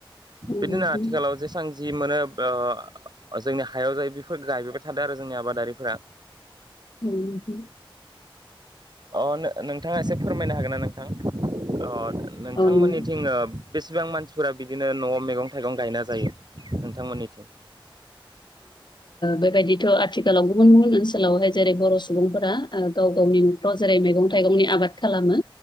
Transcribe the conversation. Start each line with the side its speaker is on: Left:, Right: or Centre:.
Left: औ नोंथां
Right: बिदिनो आथिखालाव जेसां जि मोनो अ जोंनि हायाव जायो बेफोर गायबोबाय थादों आरो जोंनि आबादारिफोरा।
Left: <unintelligible>
Right: अ नो-नोंथाङा एसे फोरमायना होगोन ना नोंथां। अ नोंथांमोननिथिं
Left: औ नोंथां
Right: ओ बेसेबां मानसिफोरा बिदि बिदिनो न'आव मैगं थाइगं गायना जायो नोंथां मोननिथिं
Left: बेबायदिथ' आथिखालाव गुबुन गुबुन ओनसोलाव हाय जेरै बर' सुबुंफोरा ओ गाव गावनि न'फ्राव जेरै मैगं थाइगंनि आबाद खालामो